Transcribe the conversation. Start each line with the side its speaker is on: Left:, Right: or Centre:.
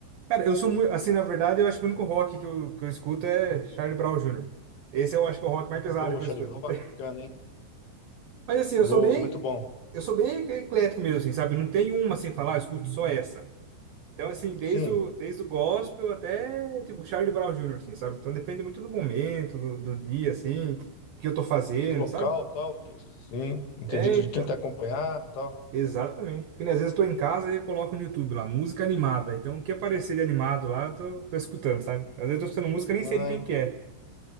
Right: Cara, eu sou muito, assim, na verdade, eu acho que o único rock que eu, que eu escuto é Charlie Brown Jr. Esse eu acho que é o rock mais pesado
Left: Ô,
Right: que
Left: Charlie
Right: eu escuto.
Left: Brown, é bacana,
Right: <laughs>
Left: hein?
Right: Mas assim,
Left: Boa,
Right: eu sou bem,
Left: muito bom.
Right: eu sou bem eclético mesmo, assim, sabe? Não tem uma sem falar, "Ah, eu escuto só essa. Então, assim, desde
Left: Sim,
Right: o, desde o gospel até, tipo, Charlie Brown Jr., assim, sabe? Então depende muito do momento, do, do dia, assim, o que eu tô fazendo,
Left: do local,
Right: sabe?
Left: tal, do que... Sim, entendido
Right: É, então,
Left: de quem tá acompanhado, tal.
Right: exatamente. Porque né, às vezes eu tô em casa e eu coloco no YouTube lá, música animada. Então, o que aparecer de animado lá, eu tô, tô escutando, sabe? Às vezes eu tô escutando música e nem
Left: Ah,
Right: sei de quem
Left: en-
Right: que é.